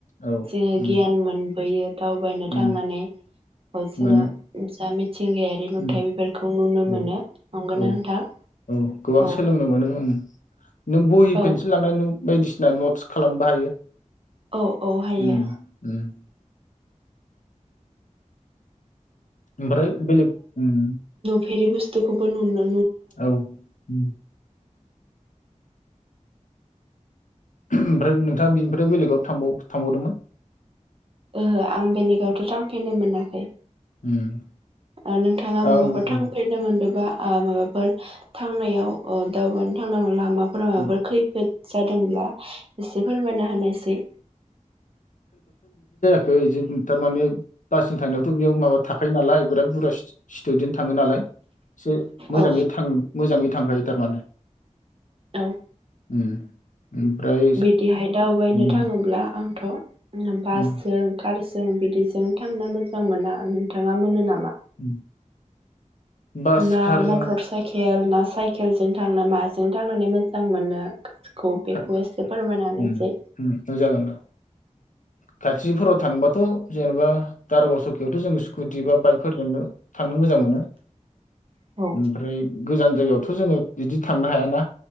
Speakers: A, on the left; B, on the right.
A: औ
B: जोङो
A: उम
B: गियान मोनबोयो दावबायनो
A: उम
B: थांनानै अ जोङा
A: मोनो
B: जा मिथ थिंगायारि नुथाय
A: उम
B: बेफोरखौ नुनो
A: औ
B: मोनो नंगौना
A: औ
B: नोंथां
A: औ गोबां
B: औ
A: सोलोंनो मोनो उम नों बहि
B: औ
A: पेन्सिल लांनानै नों बायदिसि सिना नटस खालामनोबो हायो
B: औ औ हायो
A: उम उम ओमफ्राय बेलेग उम
B: फेरै बुस्थुखौबो नुना
A: औ उम ओम ओमफ्राय नोंथाङा बिनिफ्राय बेलेगाव थांबाव थांबावदोंमोन
B: ओहो आं बेनेगावथ थां खैनो मोनाखै
A: उम
B: ओ नोंथाङा
A: ओं
B: बबाफोर
A: औ
B: थांफेरनो मोन्दोंबा ओ माबाफोर थांनायाव ओ दावबायनो थांनांगो लामा फोराव माबाफोर
A: ओं।
B: खैफोद जादोंब्ला एसे फोरमायना होनायसै।
A: खै जेबो थारमाने बासजों थांनायावथ बेयाव माबा थाखायो नालाय बिराद बुरजा सि-सिटुडेन्ट थाङो नालाय से मोजाङै
B: औ
A: थां मोजाङै थांखायो थारमाने
B: औ।
A: उम। ओमफ्राय
B: बिहाय दावबायनो
A: उम
B: थाङोब्ला आंथ आंना बासजों
A: उम
B: थारिस जों बिदिजों थांनो मोजां मोना। नोंथाङा मोनो नामा?
A: उम। बास
B: ना
A: कारजों
B: मटर साइकेल ना साइकेलजों थांना माजों थांनानै मोजां मोनो स्ख बेखौ
A: था
B: एसे फोरमायना होनायसाय।
A: उम उम जागोन खाथिफोराव थांबाथ जेनेबा दारागाव सकियावथ जों स्कुटि बा बाइकफोरजोंनो थांनो मोजां मोनो।
B: औ
A: ओमफ्राय गोजान जायगायाव थ जो बिदि थांनो हाया ना